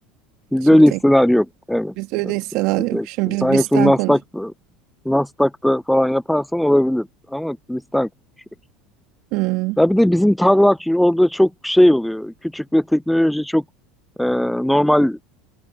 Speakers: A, in the centre; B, on the right.
A: Bizde
B: Şimdi
A: öyle
B: tek
A: hisseler yok. Evet.
B: bizde öyle
A: evet,
B: hisseler
A: evet. Bizde
B: yok.
A: yok.
B: Şimdi biz
A: Sen
B: bizden
A: yoksa Nasdaq'ta
B: konuş.
A: Nasdaq'ta falan yaparsan olabilir. Ama bizden konuşuyoruz.
B: Hmm.
A: Ya bir de bizim tarlalar çünkü orada çok şey oluyor. Küçük ve teknoloji çok e, normal